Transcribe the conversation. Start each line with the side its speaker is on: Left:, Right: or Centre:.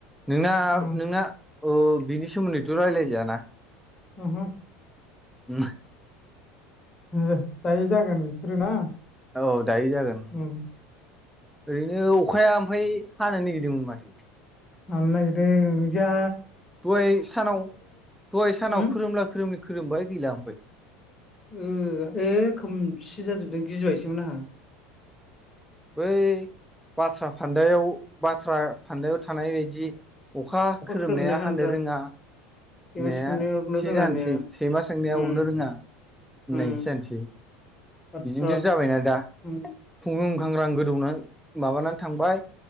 Centre: नोंना
Left: उम
Centre: नोंना ओ सोमोन्दैथ' रायलाय जायाना?
Left: उहु।
Centre: उम।
Left: ओ दायो जागोन बेफोरो ना।
Centre: औ दायो जागोन।
Left: उम
Centre: ओरैनो अखाया ओमफ्राय हानो नेगिरदोंमोन माथो।
Left: हानो नागिरदों बिदिया
Centre: दहाय सानाव दहाय सानाव
Left: होम
Centre: खोरोमला खोरोमलि खोरोमबाय गैला ओमफ्राय।
Left: उम एसे खोमसि जाजोबदों गिजबायसोमोन आंहा।
Centre: बै बाथ्रा फान्दायाव बाथ्रा फान्दायाव थानाय बायदि अखा खोरोमनाया
Left: खोरोमनाय हानद्रा
Centre: हानो रोङा
Left: सैमा
Centre: होननायासो
Left: सोंनाया अरनो रोङा
Centre: जानसै
Left: होननाया
Centre: सैमा सोंनाया
Left: उम
Centre: अरनो रोङा। होननायसो
Left: उम
Centre: जानसै।
Left: बाथ्रा
Centre: बिदिनोथ' जाबायना दा।
Left: उम
Centre: खुंग्रु खांग्रां गोदौनानै माबानानै थांबाय